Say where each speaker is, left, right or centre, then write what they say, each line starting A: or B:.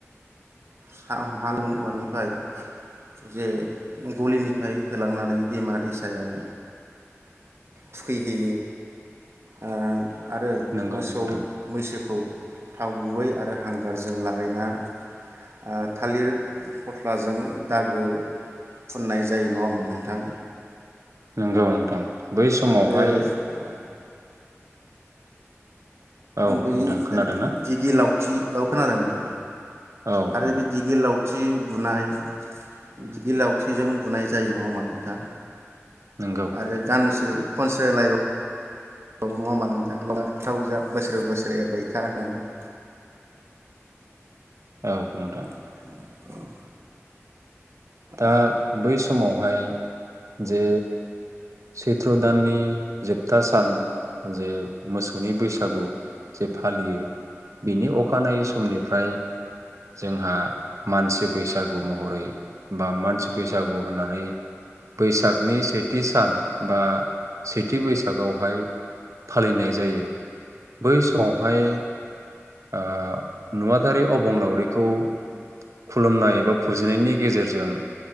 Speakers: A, on the right; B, on the right.
A: साम हालौ मानिफ्राय जे गलिनिफ्राय होलांनानै दैमा दैसायाव थुखैहैयो ओ आरो
B: नंगौ
A: मोसौ
B: नोंथां
A: मैसो खौ थाव गुबै आरो हांगारजों लागायना ओ थालिर फथलाजों दागो फुननाय जायो नङा होमबा नोंथां।
B: नोंगौ नोंथां। बै समावहाय
A: आरो
B: औ
A: बै
B: नोंथां खोनादोंना
A: दिगि लाव थि औ खोनादों नोंथां।
B: औ
A: आरो
B: औ
A: बे दिगि लाव थि बुनाय दिगि लावथिजों बुनाय जायो नङा होमा नोंथां।
B: नंगौ
A: आरो
B: नोंथां
A: गानसो खनसे लायबाव नङा होनबा नोंथां लाव जा बोसोरे बोसोरेएरबाय था होननानै
B: औ नोंथां।
A: <inaudible>
B: दा
A: आरो
B: बै समावहाय जे सैत्र दाननि जोबथा सान जे मोसौनि बैसागु जे फालियो बिनि अखानायै समनिफ्राय जोंहा मानसि बैसागु महरै बा मानसि बैसागु होननानै बैसागनि सेथि सान बा सेथि बैसागआवहाय फालिनाय जायो बै समावहाय ओ नुवाथारि अबंलावरिखौ खुलुमनाय एबा फुजिनायनि गेजेरजो जों